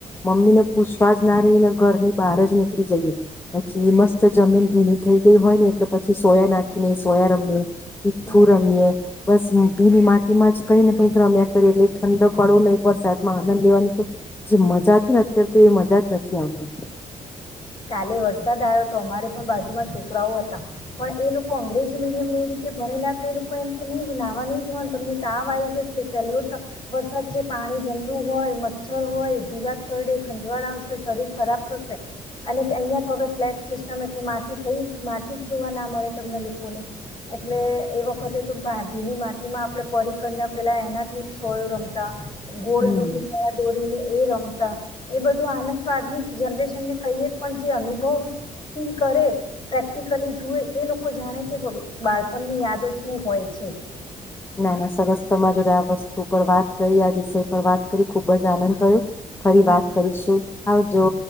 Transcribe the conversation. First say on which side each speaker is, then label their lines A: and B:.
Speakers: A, on the left; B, on the left.
A: મમ્મી ને પૂછવા જ ના રહી ને ઘરની બહાર જ નીકળી જઈએ. પછી એ મસ્ત જમીન જેથી હોય ને એટલે પછી સોયા નાખીને સોયા રમીને. મીથું
B: હમ
A: રમીએે બસ મ ભી ની માટીમાં જ કઈ ને કઈ અમે અત્યારે એટલે ઠંડક પડો નહીં વરસાદ માં આનંદ લેવાની તો જે મજા હતી ને અત્યારે તો એ મજા જ નથી આવતી.
B: કાલે વરસાદ આવ્યો તો અમારે પણ બાજુમાં છોકરાઓ હતા પણ એ લોકો અંગ્રેજી મીડિયમને એ રીતે ભણેલા તો એ લોકો એમ કે નહી નાહવા નહી જવાનું તમને તાવ આવીઈ જશે પેલો તો વરસાદ છે પાણી ગંદુ હોય મચ્છર હોય જીવાત કરડે ખંજવાળ આવશે શરીર ખરાબ થશે અને અહિયાં તો હવે ફ્લેટ સિસ્ટમ એટલે માટી થઈ માટી જ જોવા ના મળે તમને લોકોને એટલે એ વખતે તો ભીની માટીમાં આપડણે પરી કરીના પેલા એનાથી સોળ રમતા ગોળ
A: હમ
B: દુકુ દોરીને.. એ રમતા એ બધું આનંદ તો આજની જનરેશન ને કહીએ પણ જે અનુભવથી કરે પ્રેક્ટિકલી જોવે એ લોકો જાણે કે બાળપણની યાદો શું હોય છે.
A: ના ના સરસ તમામાં જોડે આ વસ્તુ પર વાત કરી આ વિષય પર વાત કરી ખુબ જ આનંદ ગયો. ફરી
B: મને
A: વાત કરીશું આવજ